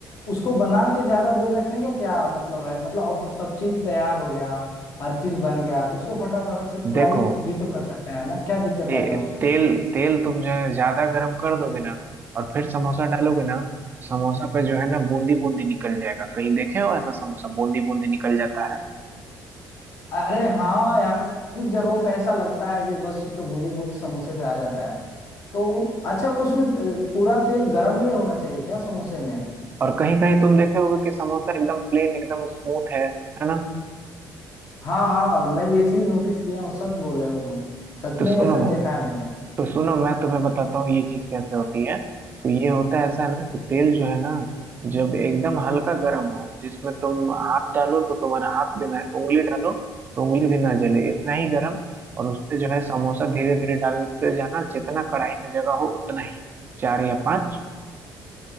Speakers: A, on the left (about 40°); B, on the right (about 25°).
A: उसको बना के ज्यादा देर रखने का क्या मतलब है मतलब अब सब चीज तैयार हो गया हर चीज बन गया तो उसको फटाफट से फ्राई
B: देखो
A: भी तो कर सकते हैं ना क्या दिक्कत
B: ते,
A: आएगा उसमें
B: तेल तेल तुम जो है ज्यादा गर्म कर दोगे ना और फिर समोसा डालोगे ना समोसा पे जो है ना बूंदी बूंदी निकल जाएगा कहीं देखे हो ऐसा समोसा बूंदी बूंदी निकल जाता है
A: अरे हाँ यार कुछ जगहों पे ऐसा लगता है कि बस उस पर बूंदी बूंदी समोसे पे आ जाता है तो अच्छा उसमें त- पूरा तेल गर्म नहीं होना चाहिए क्या समोसे में
B: और कहीं कहीं तुम देखे होगे कि समोसा एकदम प्लेन एकदम स्मूथ है है ना
A: हाँ हाँ मैं ये चीज नोटिस किया हूँ सच बोल रहे हो तुम सच
B: तो
A: में
B: सुनो
A: ऐसा देखा है मैंने
B: तो सुनो मैं तुम्हें बताता हूँ ये चीज कैसे होती है तो ये होता है ऐसा है ना कि तेल जो है ना जब एकदम हल्का गर्म हो जिसमें तुम हाथ डालो तो तुम्हारा हाथ भी ना उंगली डालो तो उंगली भी ना जले इतना ही गर्म और उसमें जो है समोसा धीरे धीरे डालते जाना जितना कढ़ाई में जगह हो उतना ही चार या पांच